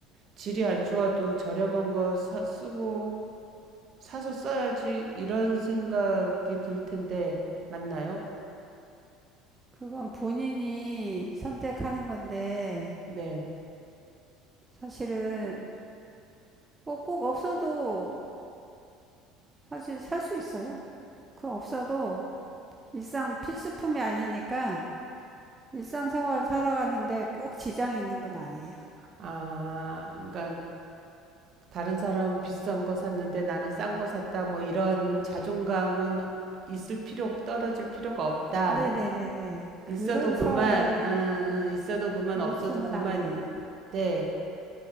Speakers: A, on the right; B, on the right.
A: 질이 안 좋아도 저렴한 거 사, 쓰고, 사서 써야지, 이런 생각이 들 텐데, 맞나요?
B: 그건 본인이 선택하는 건데,
A: 네.
B: 사실은 뭐 꼭 없어도 사실 살 수 있어요. 그 없어도 일상 필수품이 아니니까 일상생활 살아가는데 꼭 지장이 있는 건 아니에요.
A: 아, 그러니까 다른 사람은 비싼 거 샀는데 나는 싼 거 샀다, 뭐 이런 자존감은 있을 필요, 떨어질 필요가 없다.
B: 아, 네네네네. 그런
A: 있어도 그만,
B: 차원의
A: 음, 음, 있어도 그만,
B: 물품은
A: 없어도 그만인데
B: 아니에요.